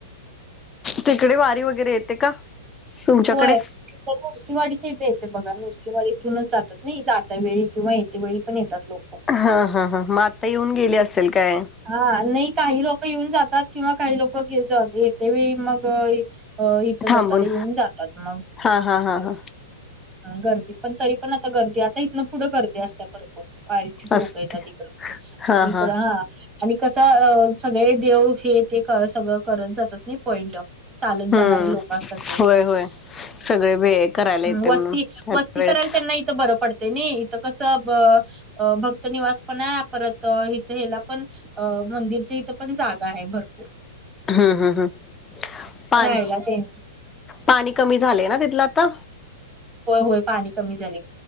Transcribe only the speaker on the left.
तिकडे वारी वगैरे येते का? तुमच्याकडे
हा हा हा मग आता येऊन गेली असेल काय.
थांबून
हा हा हा हा
असते
हा
हा
हम्म
होय होय सगळे वेळ करायला येते
म्हणून त्या
वेळेत
हम हम हम पाणी
पाणी कमी झालेयनां तिथलं आता?